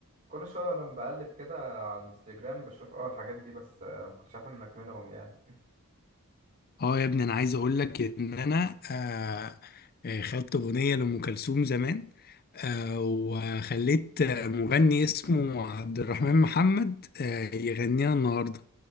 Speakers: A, on the right; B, on the left.
A: كل شوية لما بقلب كده على الانستجرام بشوف أول الحاجات دي بس آه مكنتش عارف إنك منهم يعني
B: اه يا ابني انا عايز اقول لك ان انا آه، آه، خدت اغنية لأم كلثوم زمان آه، وخليت آه، مغني اسمه عبد الرحمن محمد آه، يغنيها النهاردة